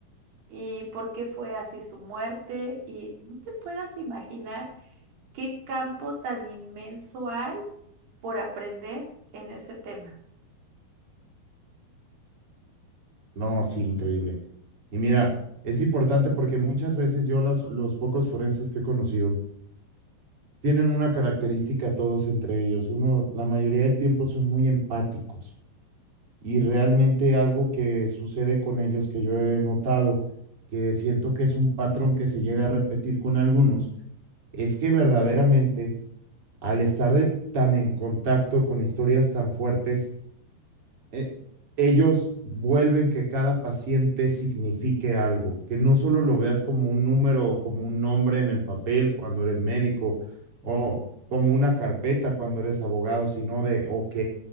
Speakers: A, on the right; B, on the right.
A: y por qué fue así su muerte. Y no te puedas imaginar qué campo tan inmenso hay por aprender en ese tema.
B: No, sí, increíble. Y mira, es importante porque muchas veces yo las, los pocos forenses que he conocido tienen una característica todos entre ellos. Uno, la mayoría del tiempo son muy empáticos y realmente algo que sucede con ellos que yo he notado, que siento que es un patrón que se llega a repetir con algunos, es que verdaderamente al estar de, tan en contacto con historias tan fuertes, eh, ellos vuelven que cada paciente signifique algo, que no solo lo veas como un número o como un nombre en el papel cuando eres médico o como una carpeta cuando eres abogado, sino de, ok,